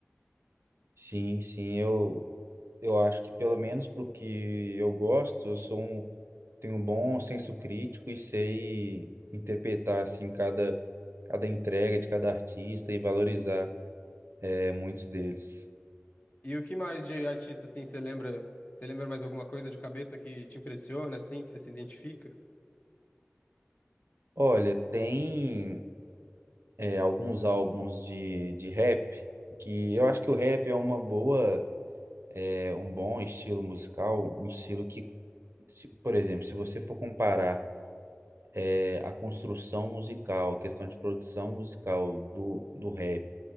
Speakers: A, on the right (about 65°); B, on the left (about 35°).
A: Sim, sim, eu, eu acho que pelo menos pro que eu gosto, eu sou um tenho um bom senso crítico e sei interpretar assim cada cada entrega de cada artista e valorizar é, muitos deles.
B: E o que mais de artista, assim, você lembra? Você lembra mais alguma coisa de cabeça que te impressiona, assim, que você se identifica?
A: Olha, tem é, alguns álbuns de, de rap que eu acho que o rap é uma boa, é, um bom estilo musical, um estilo que, se- por exemplo, se você for comparar é, a construção musical, a questão de produção musical do, do rap